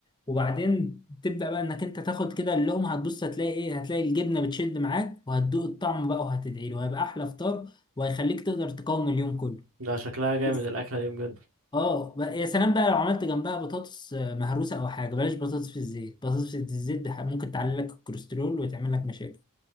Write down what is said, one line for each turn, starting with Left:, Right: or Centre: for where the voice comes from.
Left: وبعدين تبدأ بقى إنك أنت تاخد كده اللقمة هتبص هتلاقي إيه هتلاقي الجبنة بتشد معاك وهتدوق الطعم بقى وهتدعي له وهيبقى أحلى فطار وهيخليك تقدر تقاوم اليوم كله
Right: ده شكلها جامد
Left: بس
Right: الأكلة دي بجد
Left: اه بقى يا سلام بقى لو عملت جنبها بطاطس آه، مهروسة أو حاجة بلاش بطاطس في الزيت بطاطس في الزيت ده ممكن تعلي لك الكوليسترول وتعمل لك مشاكل